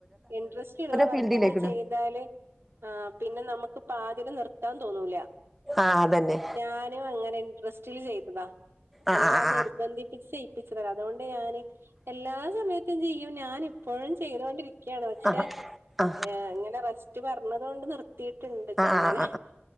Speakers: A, on the right; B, in the centre.
A: ഇന്ട്രസ്റ്റ്ള്ള വർക്കെന്നെ
B: ഫീൽഡിലേക്ക്ണ്
A: ചെയ്താല് ആഹ് പിന്നെ നമ്മക്ക് പാതില് നിർത്താൻ തോന്നൂല.
B: ആഹ് അതന്നെ
A: ഞാനും അങ്ങനെ ഇൻറ്രസ്റ്റില് ചെയ്തതാ
B: ആഹ്
A: എന്നോട
B: ആഹ് ആഹ്
A: നിർബന്ധിപ്പിച്ച് ചെ ച്ച് തരാ അതുകൊണ്ട് ഞാന് എല്ലാ സമയത്തും ചെയ്യും ഞാൻ ഇപ്പഴും ചെയ്തൊണ്ടിരി ക്ക്യാണ് പക്ഷെ
B: ആഹ് ആഹ്
A: ഏഹ് ഇങ്ങനെ റസ്റ്റ് പർഞ്ഞതോണ്ട് നിർ ത്തീറ്റ്ണ്ട്
B: ആഹ്
A: ചെർങ്ങനെ
B: ആഹ്